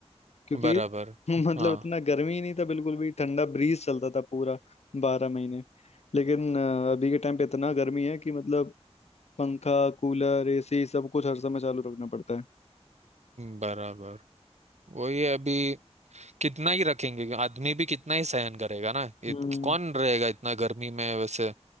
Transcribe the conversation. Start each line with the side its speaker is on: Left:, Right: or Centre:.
Left: क्योंकि
Right: बराबर
Left: <laughs>
Right: हाँ
Left: मतलब इतना गर्मी ही नहीं था बिल्कुल भी ठंडा ब्रीज चलता था पूरा बारह महीने लेकिन अ, अभी के टाइम पे इतना गर्मी है कि मतलब पंखा कूलर एसी सब कुछ हर समय चालू रखना पड़ता है
Right: बराबर वही है, अभी कितना ही रखेंगे आदमी भी कितना ही सहन करेगा ना ये
Left: हम्म
Right: कौन रहेगा इतना गर्मी में वैसे